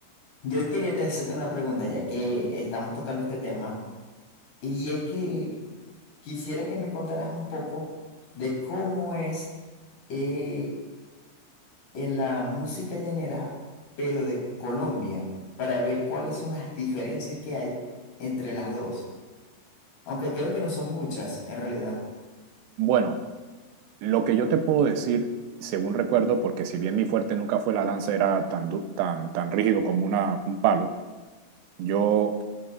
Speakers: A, on the left; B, on the right.
A: yo quería te hacerte una pregunta, ya que estamos tocando este tema, y es que quisiera que me contaras un poco de cómo es eh, en la música llanera, pero de Colombia, para ver cuáles son las diferencias que hay entre las dos. Aunque creo que no son muchas, en realidad.
B: Bueno, lo que yo te puedo decir, según recuerdo, porque si bien mi fuerte nunca fue la danza, era tan, du- tan, tan rígido como una, un palo, yo